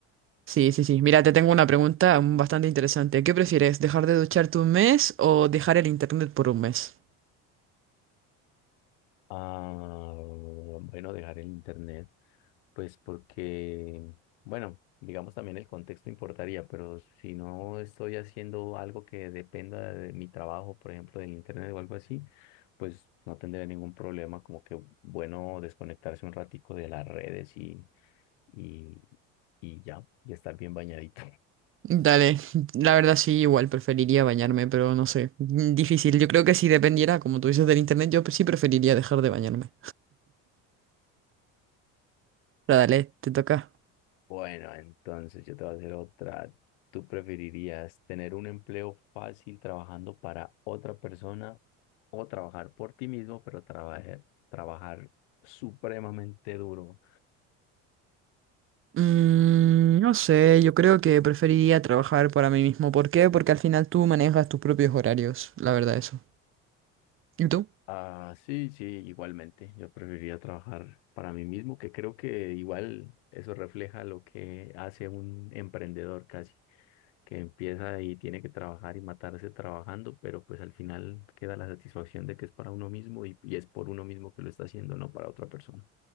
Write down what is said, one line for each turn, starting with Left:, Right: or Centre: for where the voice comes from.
Right: Sí, sí, sí. Mira, te tengo una pregunta mm, bastante interesante. ¿Qué prefieres, dejar de ducharte un mes o dejar el internet por un mes?
Left: Ah, bueno, dejar el internet. Pues porque, bueno, digamos también el contexto importaría, pero si no estoy haciendo algo que dependa de mi trabajo, por ejemplo, del internet o algo así, pues no tendría ningún problema, como que bueno desconectarse un ratico de las redes y, y, y ya, y estar bien bañadito.
Right: Dale, la verdad sí, igual preferiría bañarme, pero no sé, mm, difícil. Yo creo que si dependiera, como tú dices, del internet, yo sí preferiría dejar de bañarme. Pero dale, te toca.
Left: Bueno, entonces yo te voy a hacer otra. ¿Tú preferirías tener un empleo fácil trabajando para otra persona o trabajar por ti mismo, pero trabajar, trabajar supremamente duro?
Right: Mm, no sé, yo creo que preferiría trabajar para mí mismo. ¿Por qué? Porque al final tú manejas tus propios horarios, la verdad eso. ¿Y tú?
Left: Ah, sí, sí, igualmente. Yo preferiría trabajar para mí mismo, que creo que igual eso refleja lo que hace un emprendedor casi, que empieza y tiene que trabajar y matarse trabajando, pero pues al final queda la satisfacción de que es para uno mismo y, y es por uno mismo que lo está haciendo, no para otra persona.